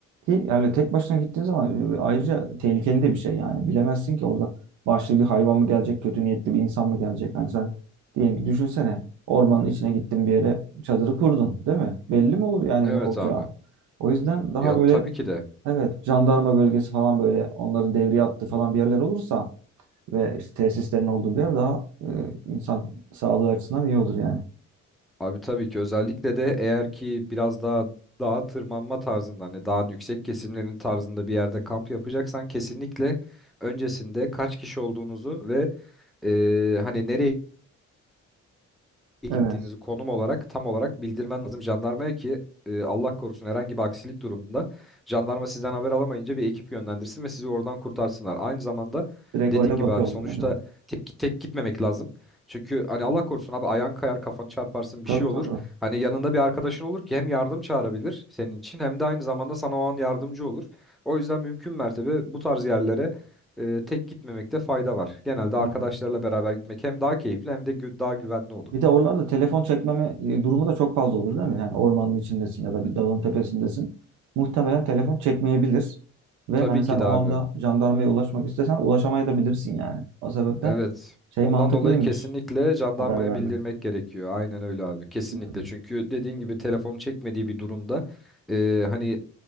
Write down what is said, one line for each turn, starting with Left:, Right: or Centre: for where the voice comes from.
Right: ki yani tek başına gittiğin zaman e, ayrıca tehlikeli de bir şey yani bilemezsin ki orada vahşi bir hayvan mı gelecek kötü niyetli bir insan mı gelecek. Hani sen diyelim ki düşünsene ormanın içine gittin bir yere çadırı kurdun değil mi? Belli mi olur yani
Centre: Evet
Right: ne olacağı?
Centre: abi.
Right: O yüzden daha
Centre: Ya
Right: böyle
Centre: tabii ki de.
Right: Evet, jandarma bölgesi falan böyle onların devriye attığı falan bir yerler olursa ve işte tesislerin olduğu bir yer daha e, insan sağlığı açısından iyi olur yani.
Centre: Abi tabii ki özellikle de eğer ki biraz daha dağa tırmanma tarzında hani dağın yüksek kesimlerin tarzında bir yerde kamp yapacaksan kesinlikle öncesinde kaç kişi olduğunuzu ve e, hani nereye gittiğinizi
Right: Evet.
Centre: konum olarak tam olarak bildirmen lazım jandarmaya ki e, Allah korusun herhangi bir aksilik durumunda jandarma sizden haber alamayınca bir ekip yönlendirsin ve sizi oradan kurtarsınlar. Aynı zamanda
Right: Direkt
Centre: dediğin
Right: oraya
Centre: gibi
Right: bakıyorlar
Centre: abi sonuçta
Right: değil mi?
Centre: tek tek gitmemek lazım. Çünkü hani Allah korusun abi ayağın kayar kafanı çarparsın bir
Right: Tabii
Centre: şey olur.
Right: tabii.
Centre: Hani yanında bir arkadaşın olur ki hem yardım çağırabilir senin için hem de aynı zamanda sana o an yardımcı olur. O yüzden mümkün mertebe bu tarz yerlere e, tek gitmemekte fayda var. Genelde arkadaşlarla
Right: Aynen.
Centre: beraber gitmek hem daha keyifli hem de gü- daha güvenli olur.
Right: Bir de oralarda telefon çekmeme e, durumu da çok fazla olur değil mi? Yani ormanın içindesin ya da bir dağın tepesindesin. Muhtemelen telefon çekmeyebilir. Ve
Centre: Tabii
Right: hani sen
Centre: ki
Right: o
Centre: de abi.
Right: anda jandarmaya ulaşmak istesen ulaşamayabilirsin yani. O sebepten
Centre: Evet.
Right: şey
Centre: Ondan
Right: mantıklıymış
Centre: dolayı kesinlikle jandarmaya
Right: haber vermek.
Centre: bildirmek gerekiyor. Aynen öyle abi. Kesinlikle.
Right: Hmm,
Centre: Çünkü dediğin gibi telefonu çekmediği bir durumda e, hani